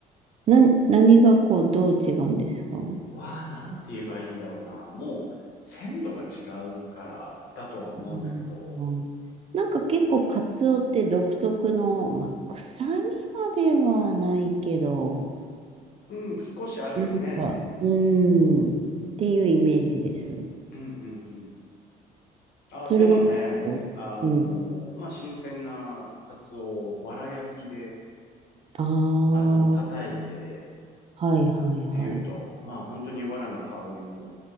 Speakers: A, on the right (about 35°); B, on the left (about 75°).
A: な、何がこう、どう違うんですか
B: わあ、なんて言えばいいんだろうな。もう、鮮度が違うからだとは思うんだけど。
A: うんうんなんか結構カツオって独特の、まあ、臭みまではないけど、
B: うん、少しあるよね。
A: なんか、うーん、っていうイメージです。
B: うんうんうん。あ、
A: それが、
B: でもね、あのーまあ、
A: うん。
B: 新鮮なカツオをわら焼きで、
A: ああ、
B: あの、叩いて
A: はいはいはい。
B: っていうと、まあ、本当にわらの香りも